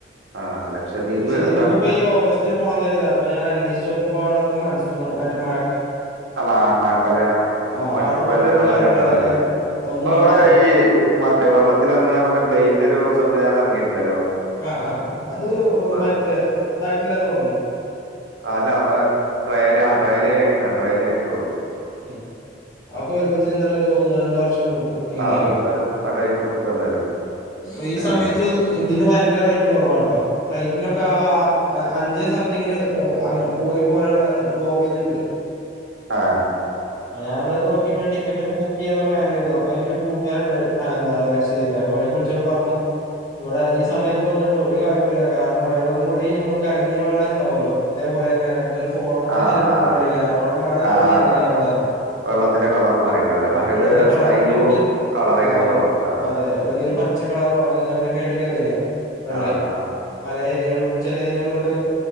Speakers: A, on the right; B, on the left.
A: ആഹ് ലക്ഷദ്വീപ്
B: ലക്ഷദീപക്ക
A: നമുക്ക്
B: ഇപ്പൊ ഈ ഓഗസ്റ്റില് പോണന്ന് കരുതിയതാ അപ്പൊ ഞാൻ അന്വേഷിച്ചോ ക്കുമ്പ അവിടിപ്പം മൺസൂണ് മറ്റ മഴ
A: <unintelligible> മഴക്കാലാവും
B: ആ
A: വ
B: അവിടെ പോയിട്ട്
A: വല്ല
B: ഒരു
A: കപ്പലും
B: കാര്യല്ല
A: ഇണ്ടാവുലാല്ലേ
B: അതിന് ഒന്നും
A: അപ്പൊ അവിടെ
B: നടക്കോ
A: ഈ മറ്റേ വള്ളത്തിലറങ്ങണേ മറ്റേ പ്ലെയിന്റൊരു സംവിധാനം ഇറങ്ങിയിട്ടുണ്ടല്ലോ
B: ആഹ് ആഹ് അത്
A: ഇപ്പൊ
B: മറ്റേ ഇതായിട്ടില്ല തോന്നണു
A: അല്ല ട്രയല് ആ ട്രയല് കഴിഞ്ഞിട്ട ട്രയൽ കഴിഞ്ഞിട്ടുള്ളു
B: ഉം അതൊക്കെ വരുമ്പോത്തേന് എന്തായാലും ഒരു ഒന്ന് രണ്ട് വർഷം എടുക്കും എങ്ങനെയായാലും
A: ആ അതെന്തായാലും ആ ടൈം എടുക്കും എന്തായാലും
B: അപ്പൊ ഈ
A: ആഹ്
B: സമയത്ത് ഇതിന് ഭയങ്കര റേറ്റ് കുറവാട്ടോ. ഫ്ലൈറ്റിനൊക്ക ആ അഞ്ച് സംതിങ്ങിന് എഹ് അങ്‌ പോയി പോരാനുള്ള ഗോവേന്നിണ്ട്.
A: ആഹ
B: ആ ഞാനത് നോക്കിട്ട് ടിക്കറ്റൊക്കെ ബുക്ക് ചെയ്യാനുള്ള പലാനിലായിരുന്നു അപ്പ എന്റെ ഒരു കൂട്ടുകാരുണ്ട് എാ ലക്ഷദ്വപില അപ്പോെ കുളിച്ച പറഞ്ഞു ഇവിടെ ഈ സമയത്ത് വന്നിട്ട് ഒരു കാര്യമല്ല കാരണം വെള്ളം കൂടി നമ്മള് കലങ്ങിയ വെള്ളം ഉണ്ടാവല്ലോ അതേപോലെൊക്കെ നമുക്ക് ഒരു ഫോട്ടോ കൂടി
A: ആഹ്
B: ശരിക്കും എടുാൻ കഴിയി കാര അവിടെ മഴ തുടങ്ങി
A: ആഹ്
B: അങ്ങനെയാണ് കാരണം
A: വെള്ളത്തിന്റെ കളർ മാറിയിട്ടുണ്ടാവില്ലേ
B: ആ
A: മറ്റേത്
B: വെള്ളത്തിന്റെ കളറും
A: സ്കൈ
B: കൂടി
A: ബ്ലൂ
B: നമുക്ക്
A: കളറേക്കരം
B: ആ
A: വെള്ളം ഉണ്ടാവുക
B: അതെ അല്ലെങ്കിൽ ഒരു പച്ചക്കളറോ അല്ലെങ്കിൽ അങ്ങനെയൊക്കൊയിട്ടൊക്കെ വരിക വെള്ളേ
A: ആ ആ
B: പല ചില ഏയകളിലൊക്കെ